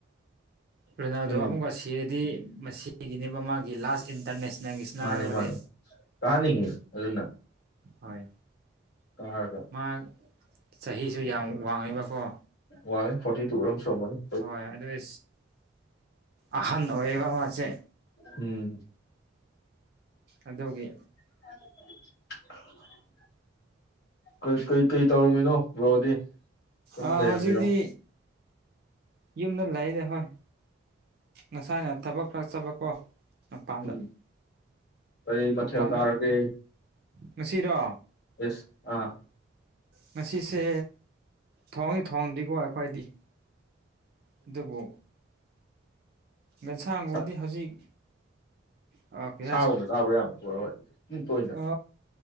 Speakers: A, on the right (about 50°); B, on the left (about 50°).
A: ꯔꯣꯅꯥꯜꯗꯣ
B: ꯎꯝ
A: ꯑꯃꯨꯛꯀ ꯁꯤꯔꯗꯤ ꯃꯁꯤꯒꯤꯅꯦꯕ ꯃꯥꯒꯤ ꯂꯥꯁ ꯏꯟ ꯏꯟꯇꯔꯅꯦꯁꯅꯦꯜꯒꯤ ꯏꯁꯅꯔꯕꯨꯗꯤ
B: ꯃꯥꯅꯦ ꯃꯥꯅꯦ ꯀꯥꯍꯟꯅꯤꯡꯉꯤ ꯑꯗꯨꯅ
A: ꯍꯣꯏ
B: ꯀꯥꯔꯒ
A: ꯃꯥ ꯆꯍꯤꯁꯨ ꯌꯥꯝ ꯋꯥꯡꯉꯦꯕꯀꯣ
B: ꯋꯥꯡꯉꯦ ꯐꯣꯔꯇꯤ ꯇꯨ ꯔꯝ ꯁꯨꯔꯝꯃꯅꯤ
A: ꯍꯣꯏ ꯑꯗꯨꯍ ꯑꯍꯟ ꯑꯣꯏꯌꯦꯕ ꯃꯥꯁꯦ
B: ꯎꯝ
A: ꯑꯗꯨꯒꯤ
B: <inaudible> ꯀꯩ ꯀꯩ ꯀꯩ ꯇꯧꯔꯝꯃꯤꯅꯣ ꯕ꯭ꯔꯣꯗꯤ ꯑꯗꯨꯝ
A: ꯥꯑ
B: ꯂꯩꯔꯝꯃꯤꯔꯣ
A: ꯍꯧꯖꯤꯛꯇꯤ ꯌꯨꯝꯗ ꯂꯩꯗ ꯍꯣꯏ ꯉꯁꯥꯏꯅ ꯊꯕꯛ ꯈꯔ ꯆꯠꯂꯀꯣ ꯃꯄꯥꯟꯗ
B: ꯎꯝ ꯀꯔꯤ ꯃꯊꯦꯜ
A: ꯃꯄꯥꯟꯗ
B: ꯆꯥꯔꯒꯦ
A: ꯉꯁꯤꯔꯣ
B: ꯏꯁ ꯑꯥ
A: ꯉꯁꯤꯁꯦ ꯊꯣꯡ ꯊꯣꯡꯗꯦꯒꯣ ꯑꯈꯣꯏꯗꯤ ꯑꯗꯨꯕꯨ ꯉꯥꯁꯥꯡꯕꯨꯗꯤ
B: ꯁꯥ
A: ꯍꯧꯖꯤꯛ ꯀꯔꯤ
B: ꯁꯥꯒꯨꯝꯕ ꯆꯥꯕ ꯌꯥꯕ꯭ꯔ ꯕꯣꯔ ꯍꯣꯏ ꯑꯗꯨꯝ ꯇꯣꯏꯅ
A: ꯑ